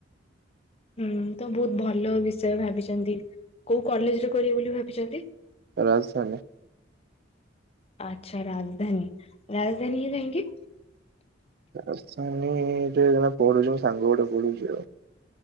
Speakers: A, on the left; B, on the right.
A: ହୁଁ ତ ବହୁତ୍ ଭଲ ବିଷୟ ଭାବିଛନ୍ତି କୋଉ କଲେଜ ରେ କରିବେ ବୋଲି ଭାବିଛନ୍ତି?
B: ରାଜଧାନୀ।
A: ଆଚ୍ଛା ରାଜଧାନୀ ରାଜଧାନୀ କି ଯାଇଙ୍କ
B: ରାଜଧାନୀ ରେ ଜଣେ ପଢୁଛି ମୋ ସାଙ୍ଗ ଗୋଟେ ପଢୁଛି ଆଉ।